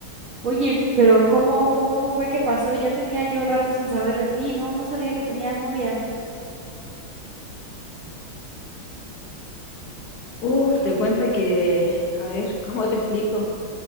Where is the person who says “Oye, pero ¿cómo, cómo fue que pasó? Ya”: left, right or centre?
Right